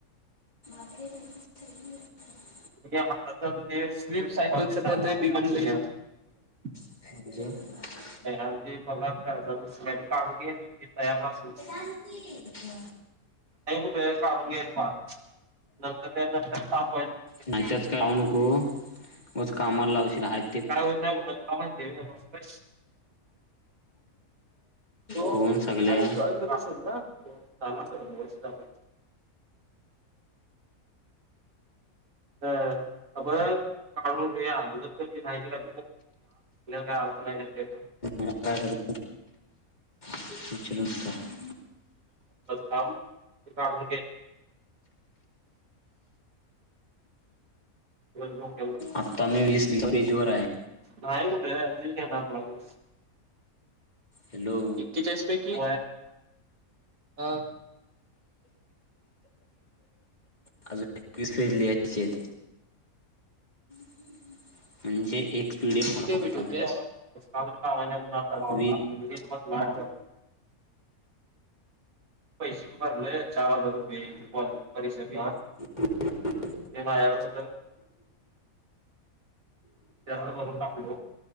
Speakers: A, on the left; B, on the right.
A: ऑडिओ रिकामा ऑडिओ
B: <inaudible>
A: रिकामा ऑडिओ
B: अदी बघा कर दुसर्यांनी कडून घेतलं कीं <unintelligible>
A: ्बघ कीं.
B: का कुठे काढून घेत म नंतर त्या नंतर ताप व्हायचा.
A: नाहीच्याच काय लावू नकोउगाच कामाला लावशील अनिक.
B: काय होत नाही बोल तुला माहिती आहे का? त
A: कोण सगल्या
B: आता जॉईन होश ना! थांब ह दोन मिनिट <unintelligible> ह अप.. काढून घे <unintelligible> आपल्याला काय <unintelligible>
A: <unintelligible> रिकामा ऑडिओ
B: काम <unintelligible> <unintelligible>
A: आत्ता मी वीस तीन एज वर हाय.
B: नायकुठ <unintelligible>
A: हॅलो.
B: किच्यास पैकी अ
A: अजून एकवीस फेट लियाचे हम् हम् म्हणजे एक पीडीएफ
B: <unintelligible>
A: वर फक्त वीस
B: प शी पाार चार दूर पय परीक्ष अ
A: ह
B: ते माझ वर्ष जास्त करून टाकलो.